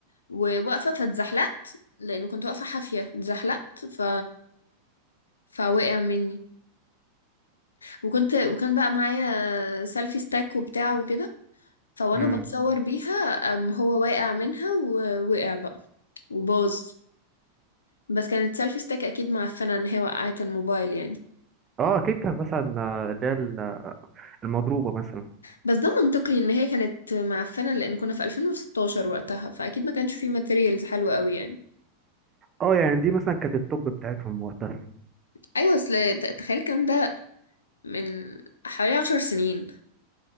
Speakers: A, on the left (about 75°); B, on the right (about 25°).
A: وواقفة فاتزحلقت لأنه كنت واقفة حافية اتزحلقت ف فوقع مني وكنت وكان بقى معايا سيلفي ستاك وبتاع وكده فوانا
B: امم
A: بتصور بيها أم هو واقع منها ووقع بقى وباظ بس كانت سيلفي ستيك اكيد معفنه ان هي وقعت الموبايل يعني
B: اه اكيد كان مثلا آه، اللي هي ال- المضروبه مثلا
A: بس ده منطقي ان هي كانت معفنه لان كنا في 2016 وقتها فاكيد ما كانش فيه ماتيريالز حلوه قوي يعني
B: اه يعني دي مثلا كانت التوب بتاعتهم وقتها
A: ايوه اصل ت- تخيل الكلام ده من حوالي عشر سنين